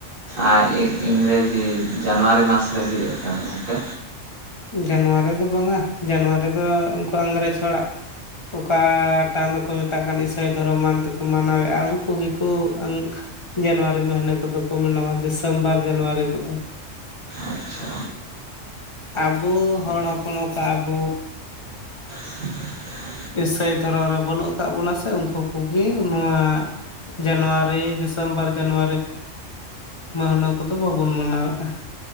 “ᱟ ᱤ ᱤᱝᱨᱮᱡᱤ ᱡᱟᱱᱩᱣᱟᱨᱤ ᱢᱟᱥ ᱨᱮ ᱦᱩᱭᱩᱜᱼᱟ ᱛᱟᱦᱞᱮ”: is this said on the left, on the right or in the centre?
Right